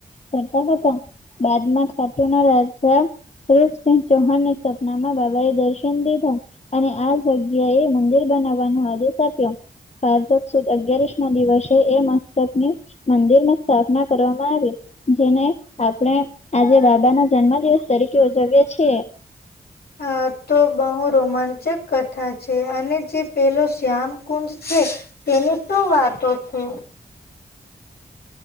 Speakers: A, on the left; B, on the left.
A: કરતા હતા. બાદમાં ખાતુંના રાજા. રૂપસિંહ ચૌહાણની સપનામાં બાબા એ દર્શન દીધા. અને આ જગ્યા એ મંદિર બનાવવાનો આદેશ આપ્યો. કારધક સુદ અગયારસ નો દિવસ એ મસ્તકની મંદિર માં સ્થાપના કરવામાં આવી. જેને આપણે આજે બાબા ના જન્મ દિવસ તરીકે ઉજવીએ છીએ.
B: આ તો બહુ રોમાંચક કથા છે અને જે પેલો શ્યામ કુંજ છે. તેની શું વાતો છે?